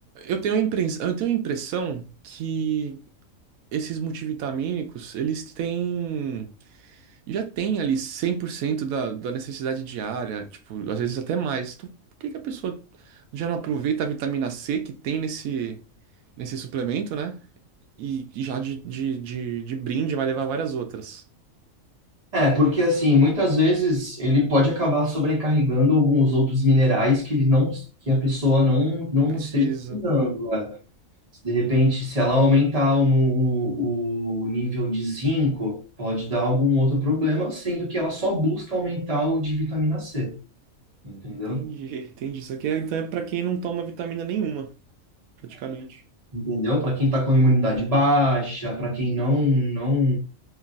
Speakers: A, on the right; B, on the right.
A: Eu tenho a imprens- eu tenho a impressão que esses multivitamínicos, eles têm, já tem ali 100% da, da necessidade diária, tipo, às vezes até mais. Então, por que que a pessoa já não aproveita a vitamina C que tem nesse, nesse suplemento, né? E, e já de, de, de, de brinde vai levar várias outras.
B: É, porque assim, muitas vezes ele pode acabar sobrecarregando alguns outros minerais que ele não, que a pessoa não, não
A: Não precisa.
B: esteja precisando. né? De repente, se ela aumentar o, o, o nível de zinco, pode dar algum outro problema, sendo que ela só busca aumentar o de vitamina C, entendeu?
A: Entendi, <laughs> entendi. Isso aqui é, então é para quem não toma vitamina nenhuma, praticamente.
B: Entendeu? Para quem está com a imunidade baixa, para quem não não